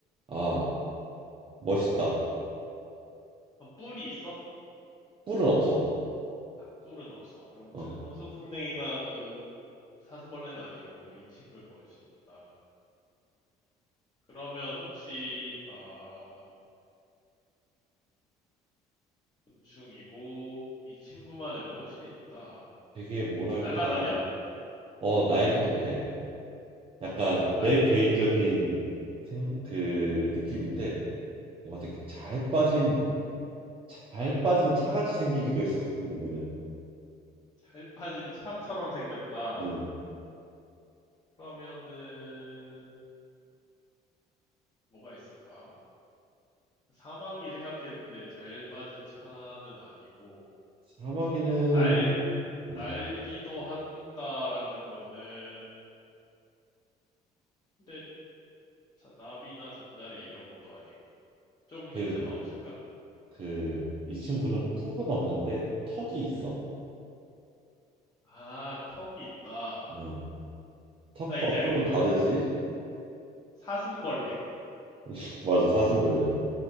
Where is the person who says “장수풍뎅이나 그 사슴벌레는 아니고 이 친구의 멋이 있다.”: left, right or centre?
Left